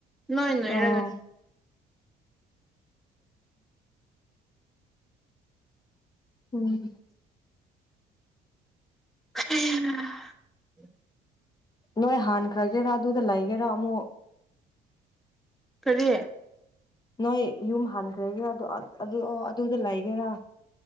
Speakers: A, in the centre; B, on the left.
A: ꯅꯣꯏ ꯅꯣꯏꯔꯒ
B: ꯑꯥ ꯎꯝ
A: ꯍ <inaudible>
B: ꯅꯣꯏ ꯍꯥꯟꯈ꯭ꯔꯒꯦꯔꯥ ꯑꯗꯨꯗ ꯂꯩꯒꯦꯔꯥ ꯑꯃꯨꯛ
A: ꯀꯔꯤ
B: ꯅꯣꯏ ꯌꯨꯝ ꯍꯟꯈ꯭ꯔꯒꯦ ꯑꯗꯨꯗ ꯂꯩꯒꯦꯔꯥ